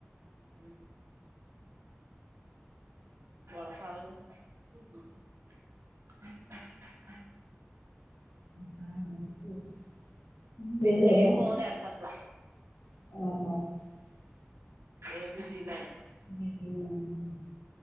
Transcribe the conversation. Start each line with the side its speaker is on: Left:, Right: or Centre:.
Right: ఉ <unintelligible> <inaudible>
Left: <unintelligible> చేయలేదా
Right: పని ఫోన్ ఎత్తట్ల
Left: <unintelligible>
Right: ఏ బి జిలా ఉన్న
Left: గేంజీ <unintelligible>